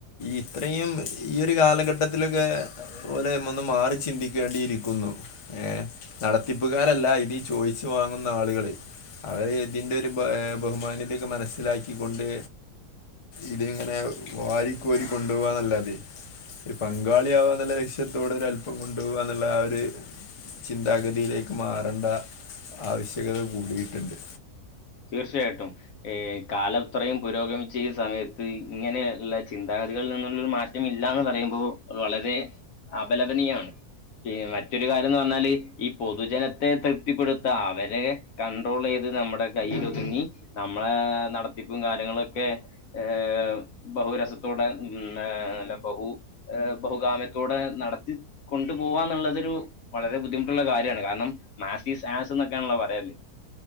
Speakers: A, on the left (about 35°); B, on the left (about 60°).
A: ഇത്രയും ഈ ഒരു കാലഘട്ടത്തിലൊക്കെ ഓലൈമന്ന് മാറി ചിന്തിക്കേണ്ടിയിരിക്കുന്നു. ഏ നടത്തിപ്പുകാരല്ല ഇതീ ചോയ്ച്ചു വാങ്ങുന്ന ആളുകള് അഹ് ഇതിന്റൊര് ബഹ്‌ ഏ ബഹുമാന്യത്യൊക്കെ മനസ്സിലാക്കിക്കൊണ്ട് ഇതിങ്ങനെ ഹ് വാരി കോരി കൊണ്ടുപോവാന്നല്ലാതെ ഒര് പങ്കാളിയാവാ ന്നുള്ള ലക്ഷ്യത്തോടെ ഒരഅല്പം കൊണ്ടോവാന്നുള്ള ആ ഒര് ചിന്താഗതിയിലേക്ക് മാറണ്ട ആവ്ശ്യകത കൂടിയിട്ടുണ്ട്.
B: തീർച്ചയായിട്ടും ഏ കാലത്രയും പുരോഗമിച്ച ഈ സമയത്ത് ഇങ്ങനെയ്ള്ള ചിന്താഗതികളിൽ നിന്നുള്ളൊരു മാറ്റ റ്റമില്ലാന്ന് പറയുമ്പോ അഹ് വളരെ അപലദനീയമാണ്. ഹ് മറ്റൊരു കാര്യം ന്ന് പർഞ്ഞാല് ഈ പൊതുജനത്തെ തൃപ്തിപ്പെടുത്ത അവരെ കൺട്രോളെയ്ത് നമ്മുടെ കയ്യ്ലൊതുങ്ങി നമ്മളെ നടത്തിപ്പും കാര്യങ്ങളൊക്കെ ഏഹ് ബഹുരസത്തോടെ ഹ്മ് ഹേ ല്ല ബഹു ഏ ബഹുകാമ്യത്തോടെ നടത്തി കൊണ്ടു പോവാന്നുള്ളതൊരു വളരെ ബുദ്ധിമുട്ടുള്ള കാര്യാണ് കാരണം മാസിസ് ആസ് ന്നൊക്കേണല്ലോ പറയൽ